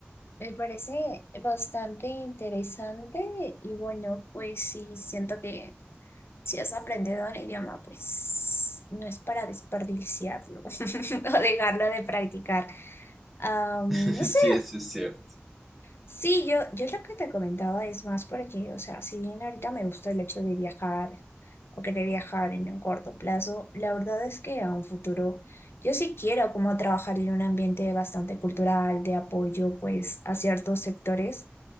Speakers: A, on the left (about 75°); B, in the centre.
A: me parece bastante interesante y bueno, pues sí, siento que... Si has aprendido un idioma, pues no es para desperdiciarlo <laughs> o dejarlo de practicar. Am,
B: <laughs>
A: no sé,
B: Sí, eso es cierto.
A: sí, yo, yo lo que te comentaba es más porque, o sea, si bien ahorita me gusta el hecho de viajar o querer viajar en un corto plazo, la verdad es que a un futuro yo sí quiero como trabajar en un ambiente bastante cultural, de apoyo pues a ciertos sectores